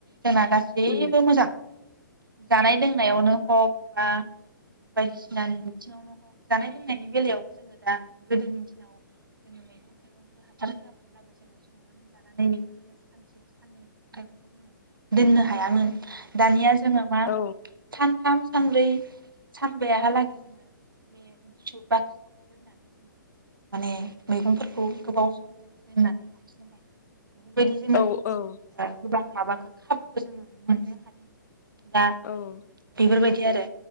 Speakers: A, on the right; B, on the left.
A: जोंना गासैबो
B: उम
A: मोजां जानाय लोंनायावनो हक बा बायदिसिनानि बिथिङावनो हग जानाय लोंनायनि बेलायावबो जोङो दा गोदोनि दिनाव जोङो मैगं थाइगंफोर हासार होआमोन जोङो संनानै जानो जों सानसे साननै मैगं थाइगंखौ जोङो दोननो हायामोन दानिया जों जोङो मा
B: औ
A: सानथाम सानब्रै सानबायाहालागै जोङो बे गुसु बाख्रियावहाय दोननानै जोङो माने मैगंफोरखौ गोबाव सम जोङो दोननानै लाखिनो हायो बेबायदि जोङो
B: औ औ
A: गोबां माबाखौ खाबुखौ जोङो मोननो हादों दा
B: औ
A: बेफोरबायदि बि आरो